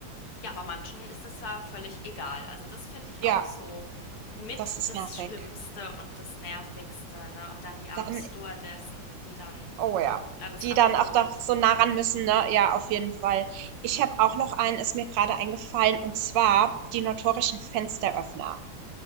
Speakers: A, on the left (about 60°); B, on the right (about 75°).
A: ja, bei manchen ist das ja völlig egal. Also das finde ich
B: Ja.
A: auch so mit
B: Das ist
A: das
B: nervig.
A: Schlimmste und das Nervigste, ne? Und dann die armen
B: Dann
A: Stewardessen, die dann
B: oh ja.
A: alles
B: Die
A: abkriegen.
B: dann auch da so nah ran müssen, ne? Ja, auf jeden Fall. Ich habe auch noch einen, ist mir gerade eingefallen, und zwar die notorischen Fensteröffner.